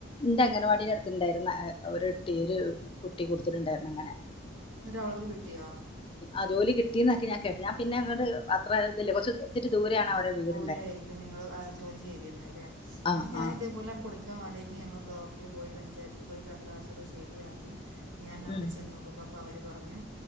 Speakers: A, on the left (about 25°); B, on the right (about 65°).
A: ന്റെ അംഗൻവാടിന്റെ അടുത്ത്ണ്ടായിര്ന്നു ഒരുട്ടി ഒരു കുട്ടി കൊട്ത്ത്ട്ട്ണ്ടായിരുന്നു അങ്ങനെ
B: ന്ന്ട്ട് അവൾക്ക് കിട്ട്യോ
A: അതോല് കിട്ടി ന്ന ഞാൻ കേട്ടത് ഞാൻ പിന്നെ അങ്ങട്ട് അത്ര ഇല്ല കൊർച്ച് ഇത്തിരി ദൂരെയാണ് അവരെ വീട്
B: യ്രിക്കും നിങ്ങള് ആ ജോലി ചെയ്തിരുന്നെലെ
A: ആ
B: ന്ന്ട്ട് ഞാൻ
A: ആ
B: ഇതേപോലെ കൊട് ട്ക്കാൻ വാണ്ടീട്ട് ഞങ്ങള് ബ്ലോക്കില് പോയി പഞ്ചായത്തില് പോയി കടലാസൊക്കെ ശെരിയാക്കി ഞാൻ അവടെ
A: ഉം
B: ചെന്നോക്കുമ്പോ അപ്പൊ അവര് പറഞ്ഞു